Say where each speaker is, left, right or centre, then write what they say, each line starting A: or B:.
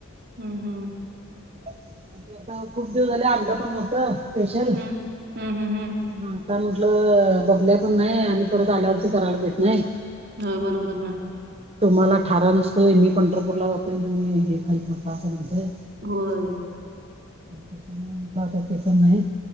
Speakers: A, on the right; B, on the right.
A: हम्म, हम्म,
B: म्हणजे आता खूप दिवस झाले आणलं पण नव्हत स्पेशल
A: हम्म हम्म हम्म हम्म हम्म
B: म आता म्हटलं बबल्या पण नाही आणि परत आल्यावरती करायला येत नाही.
A: हा बरोबर ना.
B: तुम्हाला ठारा नसतोय मी पंढरपूर ला जातो मी हे खाईत बसा असं म्हणतोय.
A: होय.
B: त्याच्यामुळे म्हटलं आता ते पण नाही.